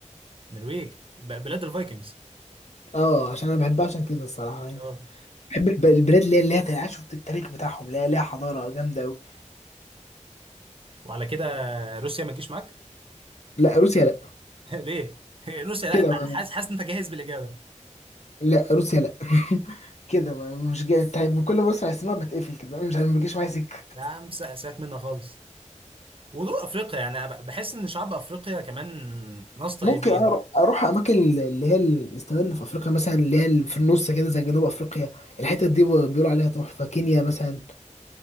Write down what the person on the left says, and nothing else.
اه عشان انا بحبها عشان كده الصراحه يعني
بحب الب- البلاد اللي هي اللي هي عارف شفت التاريخ بتاعهم لا ليها حضاره جامده قوي
لا روسيا لا
كده
ما
لا روسيا لا <laughs> كده ما مش جاي طيب كل ما بسمع اسمها بتقفل كده أنا مش عارف ما بيجيش معايا سكه
ممكن أرو- اروح اماكن اللي هي الاستوال اللي في افريقيا مثلا اللي هي اللي في النص كده زي جنوب افريقيا الحتت دي بيقولوا عليها تحفه كينيا مثلا